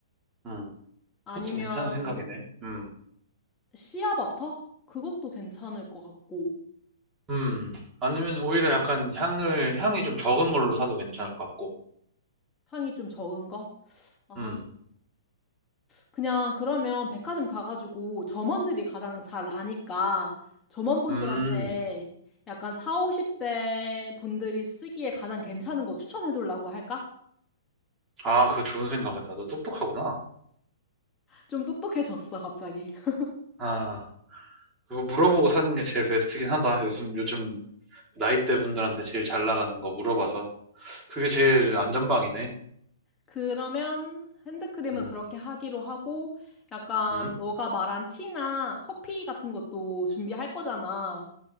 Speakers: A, on the right; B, on the left.
A: 음,
B: 아니면
A: 그것도 괜찮은 생각이네. 음.
B: 씨앗버터? 그것도 괜찮을 것 같고.
A: 음, 아니면 오히려 약간 향을, 향이 좀 적은 걸로 사도 괜찮을 것 같고.
B: 향이 좀 적은 거? 아,
A: 음,
B: 그냥 그러면 백화점 가가지고 점원들이 가장 잘 아니까 점원분들한테
A: 음,
B: 약간 4, 50대 분들이 쓰기에 가장 괜찮은 거 추천해달라고 할까?
A: 아, 그거 좋은 생각이다. 너 똑똑하구나.
B: 좀 똑똑해졌어, 갑자기. <laughs>
A: 아, 그거 물어보고 사는 게 제일 베스트긴 하다. 요즘, 요즘 나이대 분들한테 제일 잘 나가는 거 물어봐서. 그게 제일 안전방이네.
B: 그러면 핸드크림은
A: 음,
B: 그렇게 하기로 하고 약간
A: 음,
B: 너가 말한 티나 커피 같은 것도 준비할 거잖아.